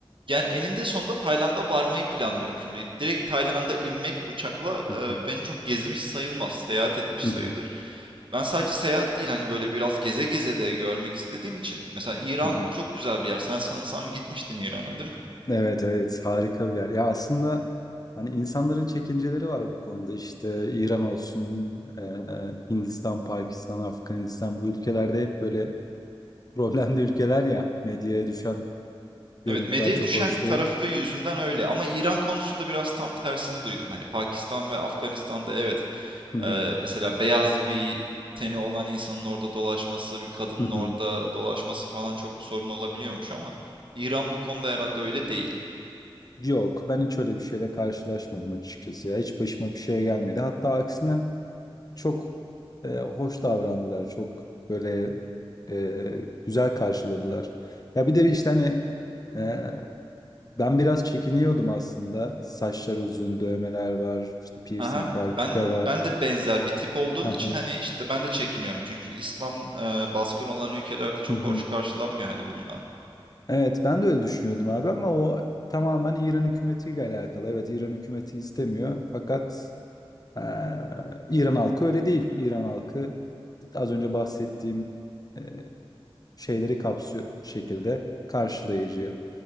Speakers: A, on the right; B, on the left.
A: Yani eninde sonunda Tayland'a varmayı planlıyorum. Şimdi direkt Tayland'a inmek uçakla
B: Hı hı.
A: e, beni çok gezmiş sayılmaz, seyahat etmiş
B: Hı hı.
A: sayılır. Ben sadece seyahat değil hani böyle biraz geze geze de görmek istediğim için. Mesela İran
B: Hı hı.
A: çok güzel bir yer. Sen sanırsam gitmiştin İran'a, değil mi?
B: Evet evet harika bir yer. Ya aslında hani insanların çekinceleri var bu konuda. İşte İran olsun, e, e, Hindistan, Pakistan, Afganistan bu ülkelerde hep böyle Problemli ülkeler ya. Medyaya düşen görüntüler
A: Evet, medyaya
B: çok
A: düşen
B: hoş değil.
A: tarafı yüzünden öyle ama İran konusunda biraz tam tersini duydum. Hani Pakistan ve Afganistan'da evet
B: Hı hı.
A: eee, mesela beyaz bir teni olan insanın orada dolaşması, bir kadının
B: Hı hı.
A: orada dolaşması falan çok sorun olabiliyormuş ama İran bu konuda herhalde öyle değil.
B: Yok, ben hiç öyle bir şeyle karşılaşmadım açıkçası ya. Hiç başıma bir şey gelmedi. Hatta aksine çok e, hoş davrandılar. Çok böyle e, güzel karşıladılar. Ya bir de işte hani e, ben biraz çekiniyordum aslında. Saçlar uzun, dövmeler var, işte piercing
A: Aha.
B: var,
A: Ben
B: küpe var.
A: ben de benzer bir tip olduğum
B: Hı hı.
A: için hani işte ben de çekiniyorum çünkü İslam eee, baskın olan ülkelerde çok
B: Hı hı.
A: hoş karşılanmıyor hani bunlar.
B: Evet, ben de öyle düşünüyordum abi ama o tamamen İran hükümetiyle alakalı. Evet, İran hükümeti istemiyor fakat eee, İran halkı öyle değil. İran halkı az önce bahsettiğim eee, şeyleri kapsıyor şekilde karşılayıcı,